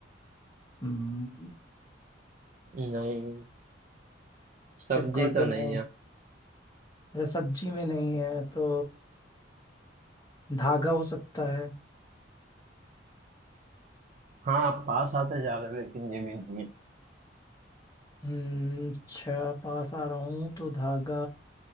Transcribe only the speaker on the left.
हम्म
जब काटो
नए
अच्छा सब्जी में नहीं है तो धागा हो सकता है
हम्म अच्छा पास आ रहा हूँ तो धागा